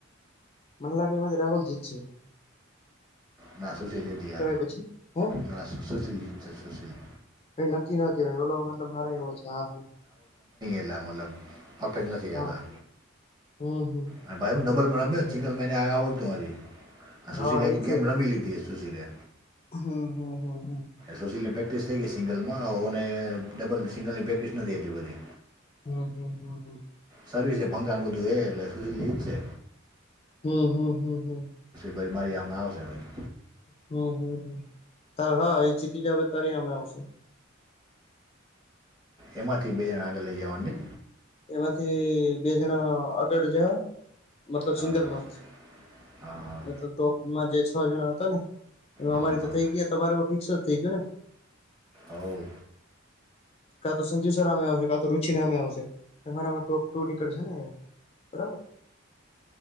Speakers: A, on the left; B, on the right.
A: મને લાગે એમાંથી રાહુલ જીત છે.
B: ના શ ચીલી દય
A: પછી હે
B: ના સુશીલ જીત છે સુશીલ.
A: ભ નક્કી ના કે ભાઈ ઓલો મતલબ મારે એવો છે હાથમાં
B: એટલે મતલબ પરફેક્ટ નથી
A: હા
B: આવતા
A: હમ હમ.
B: અને ભાઈ હું ડબલમાં રમ્યો સિંગલમાં એને આવડતું મારી અને
A: હા
B: સુશીરે એક
A: એ
B: ગમી
A: છે
B: લીધી હ સુશીલે.
A: હમ હમ હમ.
B: સોશીલની પ્રેક્ટિસ થઈ ગઈ સિંગલમાં આવ અને ડબલ સિંગલની પ્રેક્ટિસ નથી એટલી બધી.
A: હમ હમ હમ હમ.
B: સર્વિસ એ ભંગાણ બધું એ એટલે સુશીલિત છે.
A: હમ હમ હમ હમ
B: બરીમારી આમે આવશેરી
A: હમ હમ તારે હા એ જીતી જાવ તારી અમે આવશે
B: એમાંથી બે જણા આગળ લઈ જવાની
A: એમાંથી બે જણા આગળ જવાય મતલબ
B: હા
A: સિંગલમાં
B: હા હા
A: મતલબ ટોપમાં જે છ જણા હતા ને એમાં
B: હા
A: અમારી તો થઇ ગઈ તમાર તો ફિક્સ જ થઇ ગયું ને
B: આવ
A: કા તો સંજીવ સરમે આવશે કા તો રુચિ નામે આવશે તમારામાં ટોપ ટુ ની કડ છે ને બરાબર